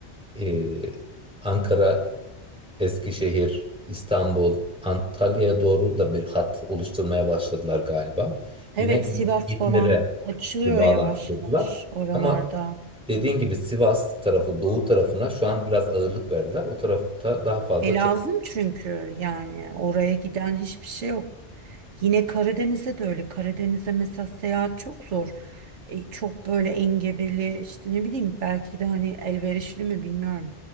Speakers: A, in the centre; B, on the right.
A: e, Ankara, Eskişehir, İstanbul, Antalya'ya doğru da bir hat oluşturmaya başladılar galiba.
B: Evet
A: Yine İz-
B: Sivas
A: İzmir'e
B: falan açılıyor
A: bir bağlantı
B: yavaş
A: kurdular.
B: yavaş oralarda.
A: Ama dediğin gibi Sivas tarafı, Doğu tarafına şu an biraz ağırlık verdiler. O tarafta daha fazla
B: E lazım
A: çalışma
B: çünkü yani oraya giden hiçbir şey yok. Yine Karadeniz'e de öyle. Karadeniz'e mesela seyahat çok zor. E, çok böyle engebeli işte ne bileyim belki de hani elverişli mi bilmiyorum.